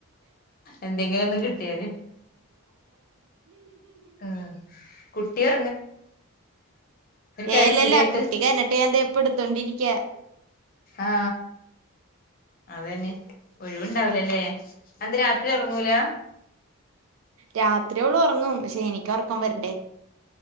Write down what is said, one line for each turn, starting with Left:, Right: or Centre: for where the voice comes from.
Left: എന്തെങ്കിലൊന്ന് കിട്ട്യാല് ആ കുട്ടിയൊ കരച്ചിലേട്ട്
Right: ഏല്ലല്ലാ കുട്ടി കരഞ്ഞിട്ട് പ്പ താ ഇടുത്തോണ്ടിരിക്ക
Left: ആ അതെന്നെ ഒഴിവുണ്ടാവൂലല്ലേ അതെന്തെ രാത്രി ഒറങ്ങൂല
Right: രാത്രി ഓളൊർങ്ങും എനിക്കൊറക്കം വരണ്ടേ